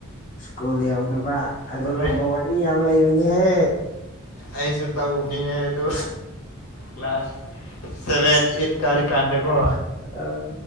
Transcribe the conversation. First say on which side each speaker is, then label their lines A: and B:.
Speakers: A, on the left (about 40°); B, on the left (about 80°).
A: ꯁ꯭ꯀꯨꯜ ꯌꯎꯗꯕ ꯑꯗꯨꯒꯨꯝꯕ
B: ꯍꯣꯏ
A: ꯋꯥꯔꯤ ꯌꯥꯝ ꯂꯩꯕꯅꯤꯍꯦ
B: ꯑꯩꯁꯨ ꯇꯧꯕꯅꯦꯍ ꯑꯗꯨ ꯀ꯭ꯂꯥꯁ ꯁꯚꯦꯟ ꯑꯩꯠ ꯀꯥꯔꯤꯀꯥꯟꯗꯀꯣ
A: ꯑꯥ